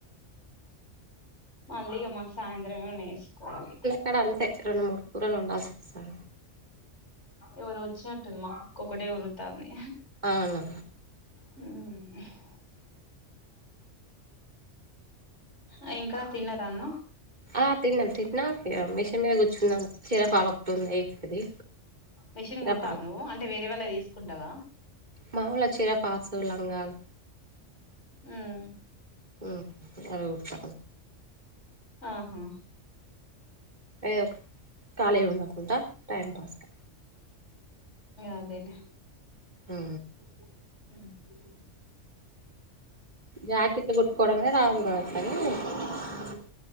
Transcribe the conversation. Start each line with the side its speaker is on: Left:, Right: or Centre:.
Left: మళ్ళీ ఇగ మాకు సాయంత్రం ఏమన్న చేసుకోవాలి
Right: క్కడ అంతే రెండు మూడు కూరలు వండల్సి వస్తది
Left: ఎవరో వచ్చినట్టుంది మా కుక్క ఒక్కటే ఓర్రుతాంది
Right: అవున
Left: మ్ ఆ ఇంకా తిన్నరా అన్నం
Right: ఆ తిన్నా తిన్నా ఇగ మిషన్ మీద కూర్చున్నాాం చీర ఫల్ ఒకటుంది ఏసేది
Left: మెషిన్
Right: చీరఫాల్
Left: కుడతావ నువ్ అంటే వేరే వాళ్ళయి తీసుకుంటావా
Right: మములుగ చీర పల్స్ లంగల్
Left: ఉమ్,
Right: మ్ అవి కుడుత
Left: ఆహా
Right: ఏదో ఖాళీగ ఉండకుండా టైం పాస్ కా
Left: అదేలే
Right: మ్
Left: అ
Right: జాకిట్లు కుట్టుకోవడమే <unintelligible>